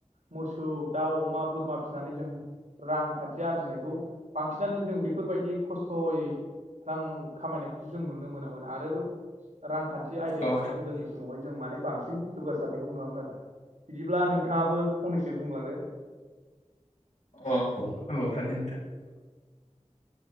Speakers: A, on the right; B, on the left.
A: मोसौ दाउ अमा बोरमा फिनानै जों रांखान्थि आरजिनायखौ बांसिनानो जों बेफोरबायदि खस्थ'यै रां खामायनायखौसो जों नुनो मोनोमोन आरोबो रांखान्थि न्थि आयदायाव
B: औ
A: माने गोदोनि समावहाय जों माने बांसिन जौगासारनायखौ नुवामोन आरो बिदिब्ला नोंथाङाबो फंनैसो बुंलांदो।
B: अ औ हाग न दां <inaudible>